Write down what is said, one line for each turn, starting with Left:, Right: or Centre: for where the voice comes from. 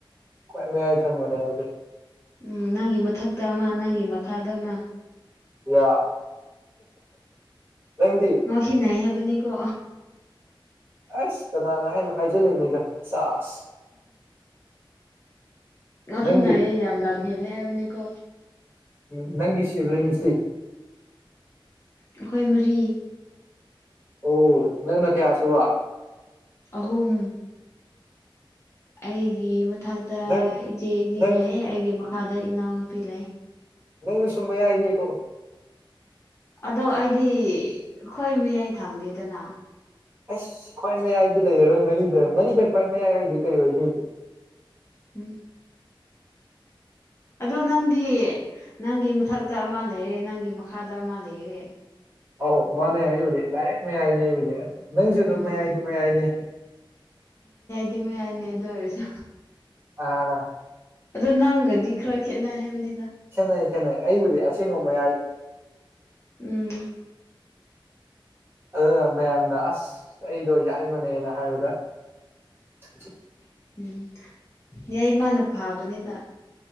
Right: ꯀꯣꯏ ꯃ ꯌꯥꯏ ꯊꯪꯕꯅꯦ ꯍꯧ
Left: ꯎꯝ ꯅꯪꯒꯤ ꯃꯊꯛꯇ ꯑꯃ ꯅꯪꯒꯤ ꯃꯈꯥꯗ ꯑꯃ
Right: ꯌꯥ ꯅꯪꯗꯤ
Left: ꯃꯁꯤ ꯅꯥꯏ ꯍꯥꯏꯦꯕꯅꯤ ꯀꯣ
Right: ꯑꯁ ꯀꯅꯥꯅ ꯍꯥꯏꯅ ꯍꯥꯏꯖꯅꯤꯡꯉꯅꯤꯗ ꯆꯥꯁ
Left: ꯑ
Right: ꯅꯪꯗꯤ
Left: ꯍꯅꯑ ꯌꯥꯝ ꯂꯝ ꯍꯦꯜꯂ ꯍꯥꯏꯕꯅꯤꯀꯣ
Right: ꯎꯝ ꯅꯪꯒꯤꯁꯤꯕꯁꯇꯤ
Left: ꯍꯈꯣꯏ ꯃꯔꯤ
Right: ꯑꯣ ꯅꯪꯅ ꯀꯌꯥ ꯁꯨꯕ
Left: ꯑꯍꯨꯝ ꯑꯩꯒꯤ ꯃꯊꯛꯇ
Right: ꯅꯪ
Left: ꯏꯆꯦ ꯏꯅꯤ
Right: ꯅꯪ
Left: ꯂꯩ ꯑꯩꯒꯤ ꯃꯈꯥꯗ ꯏ ꯑꯣꯟꯄꯤꯂꯦ
Right: ꯅꯪꯁꯨ ꯁꯨꯝ ꯃ ꯌꯥꯏꯅꯦꯀꯣ
Left: ꯑꯗꯣ ꯑꯩꯗꯤ ꯑꯣꯏ ꯃꯤꯌꯥꯏ ꯊꯥꯡꯗꯦꯗꯅ
Right: ꯑꯁ ꯈ꯭ꯋꯥꯏ ꯃꯌꯥꯏꯗꯤ ꯂꯩꯔꯔꯣꯏ ꯃꯔꯤꯗ ꯃꯔꯤꯗ ꯈ꯭ꯋꯥꯏ ꯃꯌꯥꯏ ꯍꯥꯏꯗꯤ ꯀꯩ ꯑꯣꯏꯅꯤ
Left: ꯎꯝ ꯑꯗꯣ ꯅꯪꯗꯤ ꯅꯪꯒꯤ ꯃꯊꯛꯇ ꯑꯃ ꯂꯩꯔꯦ ꯅꯪꯒꯤ ꯃꯈꯥꯗ ꯑꯃ ꯂꯩꯔꯦ
Right: ꯑꯧ ꯃꯅꯦ ꯑꯕꯨ ꯔꯦꯛ ꯃ ꯍꯥꯏꯅꯦ ꯏꯕꯗꯤ ꯂꯪꯖꯗ
Left: ꯎꯝ
Right: ꯃꯌꯥꯏꯗꯦ ꯃꯌꯥꯏꯗꯦ
Left: ꯗꯤ ꯃ ꯌꯥꯏꯅꯦ ꯑꯗꯨ ꯑꯣꯏꯔꯁꯨ
Right: ꯑꯥ
Left: ꯑꯗꯣ ꯅꯪꯒꯗꯤ ꯈꯔ ꯈꯦꯠꯅꯩ ꯍꯥꯏꯕꯅꯤ
Right: ꯈꯦꯠꯅꯩ ꯈꯦꯠꯅꯩ ꯑꯩꯕꯨꯗꯤ ꯑꯁꯦꯡꯕ ꯃꯌꯥꯏꯅꯤ
Left: ꯎꯝ
Right: ꯑꯗꯨꯅ ꯃꯌꯥꯝꯅ ꯑꯁ ꯑꯩꯗꯣ ꯌꯥꯏꯃꯅꯦꯅ ꯍꯥꯏꯕꯗ <unintelligible>
Left: ꯎꯝ ꯌꯥꯏ ꯃꯥꯅ ꯐꯕꯅꯤꯗ